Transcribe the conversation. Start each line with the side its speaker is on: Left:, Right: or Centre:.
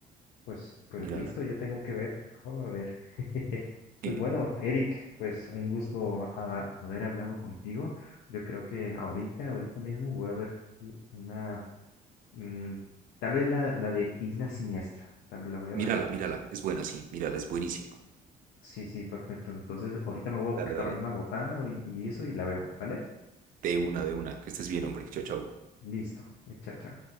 Left: pues, pues
Right: Mírala.
Left: listo, ya tengo que ver. Joder. <laughs> Pues
Right: Eh,
Left: bueno, Eric, pues un gusto ha- haber hablado contigo. Yo creo que ahorita, ahorita mismo voy a ver una Mm, tal vez la, la de Isla Siniestra. A ver, la voy a
Right: mírala,
Left: ver.
Right: mírala, es buena, sí, mírala, es buenísima.
Left: Sí, sí, perfecto. Entonces, ahorita me voy a preparar
Right: Dale, dale.
Left: una botana y, y eso y la veo, ¿vale?
Right: De una, de una. Que estés bien, hombre. Chao, chao.
Left: Listo, chao, chao.